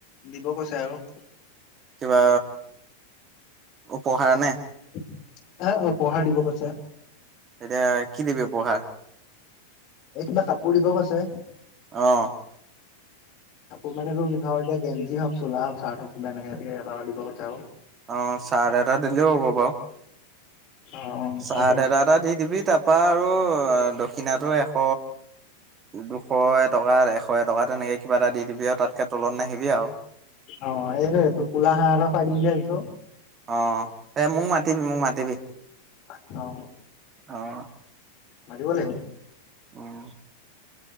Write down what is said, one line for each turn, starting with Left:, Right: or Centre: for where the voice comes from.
Left: দিব কৈছে আৰু।
Right: কিবা উপহাৰ নে?
Left: এ অ', উপহাৰ দিব কৈছে।
Right: এতিয়া কি দিবি উপহাৰ?
Left: এই কিবা কাপোৰ দিব কৈছে।
Right: অ'।
Left: কাপোৰ মানে ধ-ধৰ এতিয়া গেঞ্চি হওঁক চোলা হওঁক চাৰ্ট হওঁক এনেক এ দিব কৈছে আও।
Right: অ', চাৰ্ট এটা দিলেও হ'ব বাৰু।
Left: অ অ
Right: চাৰ্ট
Left: সেইটোৱে
Right: এটা এটা দি দিবি তাত কপা আৰু দক্ষিণাটো এশ দুশ টকা এশ এ টকা তেনেকে কিবা এটা দি দিবি আৰু তাতকে তলত নাহিবি আৰু।
Left: অ', এই টোফোলা হাঁহ এটা খুৱাই দিম বুলি ভাবিছোঁ।
Right: অ', তে মোক মাতিবি, মোক মাতিবি।
Left: অ'।
Right: অ'।
Left: মতিব লাগিব।
Right: উম।